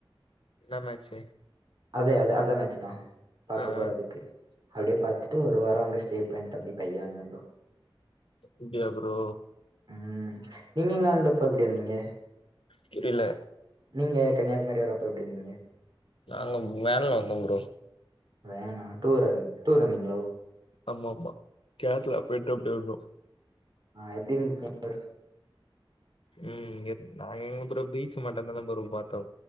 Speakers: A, on the left; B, on the right.
A: என்ன மேட்ச்சு
B: அதே அதே அந்த மேட்ச்சு தா பாக்க
A: ஆ
B: போறதுக்கு
A: ஆ
B: அப்டியே பாத்துட்டு ஒரு வாரோ அங்க ஸ்டே பண்ட்டு அப்டி பைய வந்தே ப்ரோ
A: அப்டியா ப்ரோ
B: ம் நீங்க இங்க வந்தப்ப எப்டி வந்தீங்க
A: தெரில
B: நீங்க கன்னியாகுமரி வரப்ப எப்டி வந்தீங்க
A: நாங்க வேன்ல வந்தோ ப்ரோ
B: வேனா டூர டூர் வந்தீங்ளோ
A: ஆமாமா கேர்ளா போய்ட்டு அப்டே வந்தோ
B: ஆ எப்டி இருந்துச்சு எங்க ஊர்
A: ம் நாங்க எங்க ப்ரோ பீச்சு மட்டுந்தான ப்ரோ பாத்தோ